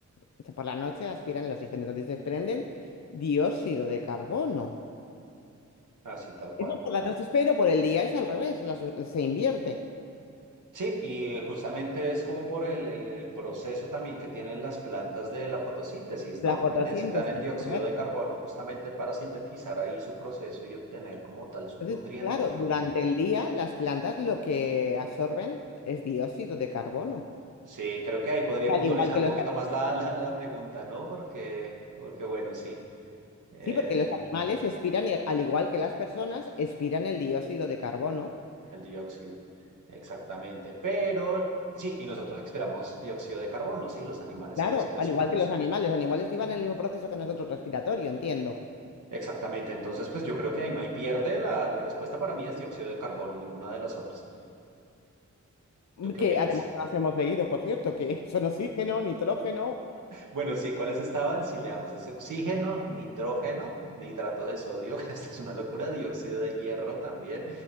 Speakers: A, on the left; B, on the right.
A: o sea, por la noche aspiran el oxígeno, entonces desprenden dióxido de carbono.
B: Así tal cual.
A: Eso es por la noche, pero por el día es al revés, las- se invierte.
B: Sí, y eh, justamente es como por el, el- el proceso también que tienen las plantas de la fotosíntesis, ¿no?
A: La fotosíntesis,
B: Que necesitan el dióxido
A: correcto.
B: de carbono justamente para sintetizar ahí su proceso y obtener como tal sus
A: Entonces,
B: nutrientes,
A: claro, durante
B: ¿no?
A: el día las plantas lo que absorben es dióxido de carbono.
B: Sí, creo que ahí podría
A: Al
B: puntualizar
A: igual que
B: un
A: los,
B: poquito más la, la, la pregunta, ¿no? Porque, porque bueno, sí, eh,
A: sí, porque los animales expiran, y al igual que las personas, expiran el dióxido de carbono.
B: el dióxido, exactamente. Pero sí, y nosotros expiramos dióxido de carbono, sí, los animales
A: Claro,
B: y los seres
A: al igual
B: humanos.
A: que los animales. Los animales llevan el mismo proceso que nosotros respiratorio, entiendo.
B: Exactamente, entonces pues yo creo que ahí no hay pierde, la, la respuesta para mí es dióxido de carbono, ninguna de las otras. ¿Tú qué
A: Que
B: opinas?
A: además nos hemos leído, por cierto, que <laughs> son oxígeno, nitrógeno.
B: Bueno, sí, ¿cuáles estaban? Si leamos es oxígeno, nitrógeno, nitrato de sodio, <laughs> que esta es una locura, dióxido de hierro también